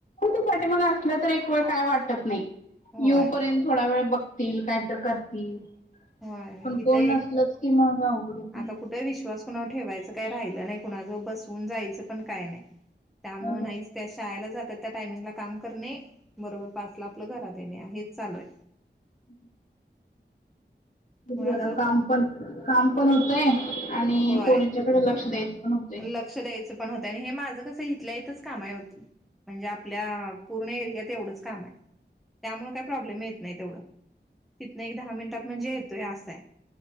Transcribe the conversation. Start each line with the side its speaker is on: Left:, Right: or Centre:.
Left: तुसाठी मग असलं तर एक वेळ काय वाटत नाही
Centre: होय
Left: येऊपर्यंत! थोडा वेळ बघतील कायत करतील.
Centre: होय
Left: पण
Centre: इथं
Left: कोण
Centre: एक
Left: नसलच की महागा उघड त!
Centre: आता विश्वास कुणावर ठेवायचं काय राहिलं नाही कुणा जवळ बसवून जायचं पण काय नाही. त्यामुळे
Left: होय
Centre: नाहीचं त्या शाळेला जातात त्या टायमिंगला काम करणे बरोबर पाचला आपलं घरात येणे हेच चालू आहे.
Left: हम् जरा
Centre: कुणाजवळ
Left: काम पण काम पण होतंय आणि
Centre: होय
Left: पोरींच्याकडे लक्ष द्यायचं पण होतंय
Centre: लक्ष द्यायच पण होतंय हे माझं कस इथल्या इथं काम हो म्हणजे आपल्या पूर्ण एरियात एवढंच काम हाय त्यामुळे काय प्रॉब्लेम येत नाही तेवढं तिथन एक दहा मिनिटात म्हणजे येतोय असंय